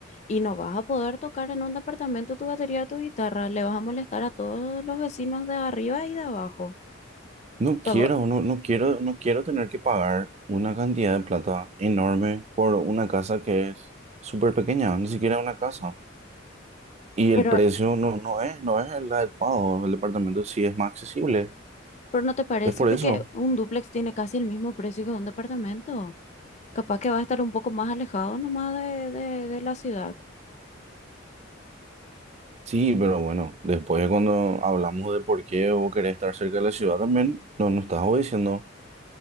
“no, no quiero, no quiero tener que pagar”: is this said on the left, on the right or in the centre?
Right